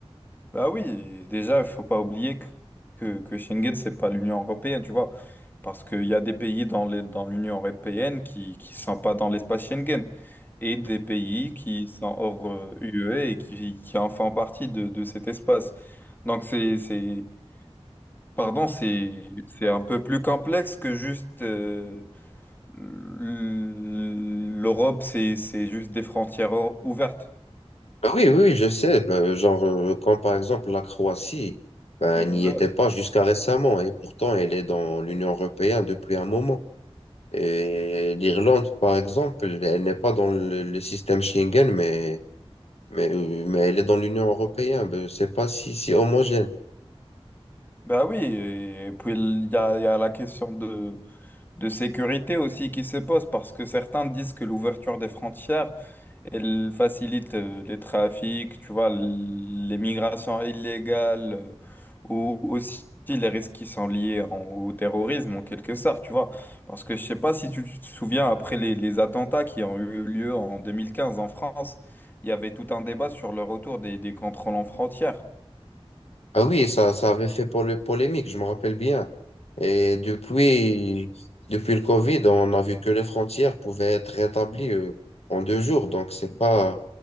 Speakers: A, on the left; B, on the left.
A: Bah oui, déjà, il faut pas oublier que, que que Schengen, c'est pas l'Union européenne, tu vois. Parce qu'il y a des pays dans les, dans l'Union européenne qui qui sont pas dans l'espace Schengen et des pays qui sont hors euh, UE et qui, qui en font partie de, de cet espace. Donc, c'est, c'est, pardon, c'est, c'est un peu plus complexe que juste euh, l'Europe, c'est, c'est juste des frontières ouvertes.
B: Ben oui, oui, je sais. Ben, genre, euh, quand par exemple la Croatie, ben,
A: Exact.
B: n'y était pas jusqu'à récemment, et pourtant elle est dans l'Union européenne depuis un moment. Et l'Irlande, par exemple, elle n'est pas dans le, le système Schengen, mais Mais, euh, mais elle est dans l'Union européenne. ben, Je sais pas si c'est homogène.
A: Bah oui, et puis il y a, il y a la question de, de sécurité aussi qui se pose parce que certains disent que l'ouverture des frontières, elle facilite euh, les trafics, tu vois, l- les migrations illégales euh, ou aussi les risques qui sont liés en- au terrorisme en quelque sorte, tu vois. Parce que je sais pas si tu te souviens après les, les attentats qui ont eu lieu en 2015 en France, il y avait tout un débat sur le retour des, des contrôles en frontières.
B: Ah oui, ça, ça avait fait pour le polémique, je me rappelle bien. Et depuis, depuis le Covid, on a vu que les frontières pouvaient être rétablies euh, en deux jours. Donc, c'est pas,